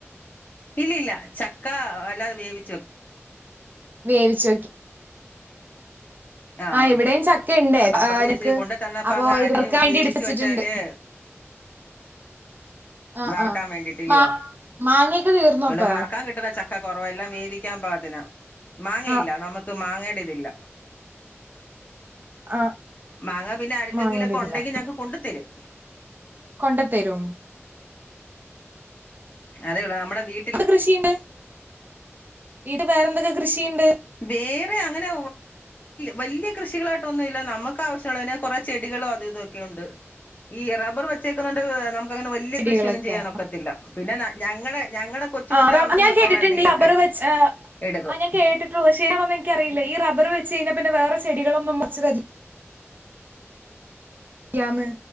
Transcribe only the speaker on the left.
ഇല്ല ല്ല ചക്ക അല്ലാതെ വേവി
ആഹ്
അപ്പൊ അപ്പറത്തന്ന്
വച്ചി കൊണ്ടു തന്നപ്പ
അങ്ങ്
അരിഞ്ഞ്
വേവിച്ചു
വെച്ചാല്
വറക്കാൻ
വേണ്ടിട്ടില്ലയോ
ഇഇവിടെ
വറക്കാൻ കിട്ടുന്ന ച ക്കെ കുറവെല്ലാം വേവിക്കാൻ പാകത്തിന മാങ്ങയില്ല
നമുക്ക് മാങ്ങേയുടെ ഇതില്ല
മാങ്ങ പിന്നെ അരിക്കെങ്കിലൊക്കെ
ഉണ്ടെങ്കിൽ ഞങ്ങക്ക് കൊണ്ടു തരും
അതെയെള്ളൂ നമ്മുടെ വീ
വേറെ അങ്ങനെ വല്ല്യ യ കൃഷികളായിട്ടൊന്നുല്ല നമുക്ക് ആവശ്യമുള്ള എ കുറ ചെടികളോ അതും ഇതൊക്കെ ഉണ്ട് ഈ റബ്ബർ വെച്ചേക്കുന്നണ്ട് നമുക്ക് അങ്ങനെ വല്ല്യ
കൃഷിയൊന്നും ചെയ്യാൻ ഒക്കത്തില്ല പിന്നെ ഞങ്ങടെ ഞങ്ങടെ കൊച്ചു
കൊച്ചു ആവശ്യങ്ങൾക്കുള്ള
എന്തെങ്കിലൊക്കെ
എടുക്കും